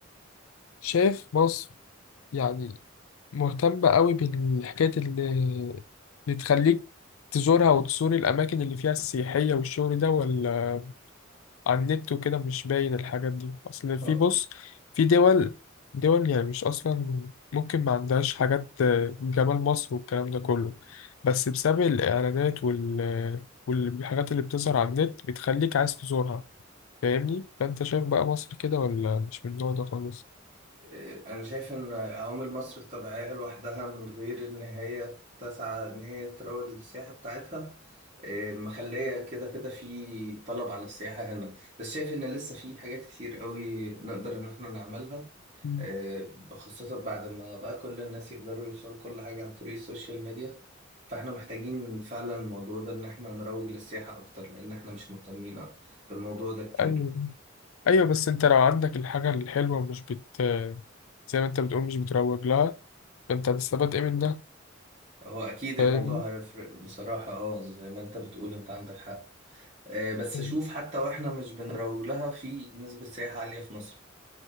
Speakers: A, on the left; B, on the right.
A: شايف مصر يعني مهتمة قوي بالحكاية اللي, اللي تخليك تزورها وتزور الأماكن اللي فيها السياحية والشغل ده ولا على النت وكده مش باين الحاجات دي أصل
B: دول
A: في بص في دول دول يعني مش أصلا ممكن ما عندهاش حاجات آه، جمال مصر والكلام ده كله بس بسبب الإعلانات وال والحاجات اللي بتظهر على النت بتخليك عايز تزورها فاهمني؟ فأنت شايف بقى مصر كده ولا مش من النوع ده خالص؟
B: آه، أنا شايف إن عوامل مصر الطبيعية لوحدها من غير إن هي تسعى إن هي تروج للسياحة بتاعتها آه، مخلية كده كده في طلب على السياحة هنا بس شايف إن لسه في حاجات كتير قوي نقدر إن إحنا نعملها
A: مم.
B: آه، خاصة بعد ما بقى كل الناس يقدروا يوصلوا كل حاجة عن طريق السوشيال ميديا فإحنا محتاجين فعلا الموضوع ده إن إحنا نروج للسياحة أكتر لأن إحنا مش مهتمين بالموضوع ده كتير
A: أيوه ايوه بس انت لو عندك الحاجه الحلوه مش بت زي ما انت بتقول مش بتروج لها فانت هتستفاد ايه من ده
B: هو اكيد
A: فاهمني
B: الموضوع هيفرق بصراحة اه زي ما انت بتقول انت عندك حق آه، بس
A: طيب.
B: شوف حتى واحنا مش بنروج لها في نسبة سياحة عالية في مصر